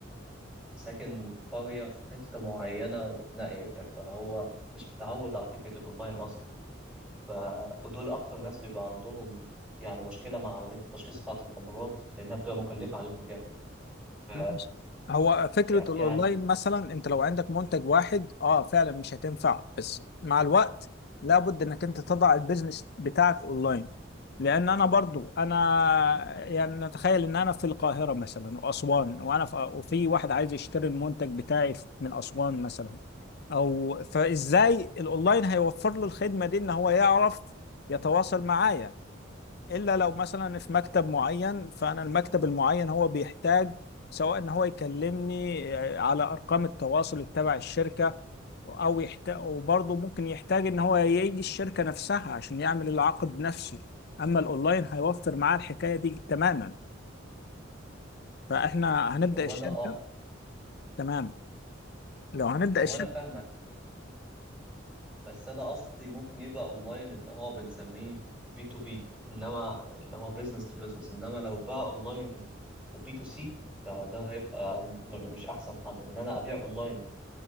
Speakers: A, in the centre; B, on the left (about 55°).
A: ساكن في قريه في حته معينه نائيه فهو مش متعود على فكره الاونلاين اصلا ف ودول اكتر ناس بيبقى عندهم يعني مشكله مع عمليه التشخيص بتاعه الامراض لانها بتبقى مكلفه عليهم جامد ف
B: ماشي هو فكرة
A: يع-
B: الأونلاين
A: يعني
B: مثلا أنت لو عندك منتج واحد أه فعلا مش هتنفع بس مع الوقت لابد إنك أنت تضع البيزنس بتاعك أونلاين لأن أنا برضو أنا يعني نتخيل إن أنا في القاهرة مثلا وأسوان وأنا في وفي واحد عايز يشتري المنتج بتاعي من أسوان مثلا أو فإزاي الأونلاين هيوفر له الخدمة دي إن هو يعرف يتواصل معايا الا لو مثلا في مكتب معين فانا المكتب المعين هو بيحتاج سواء ان هو يكلمني آه، على ارقام التواصل تبع الشركه او يحتاج وبرضه ممكن يحتاج ان هو يجي الشركه نفسها عشان يعمل العقد نفسه اما الاونلاين هيوفر معاه الحكايه دي تماما فاحنا هنبدا
A: هو
B: الشركه
A: انا اه
B: تمام لو هنبدا
A: هو
B: الشركه
A: انا فاهمك بس انا قصدي ممكن يبقى اونلاين اللي هو بنسميه بي تو بي انما اللي هو بزنس تو بزنس انما لو بقى اونلاين وبي تو سي فده هيبقى م- مش احسن حل ان انا ابيع اونلاين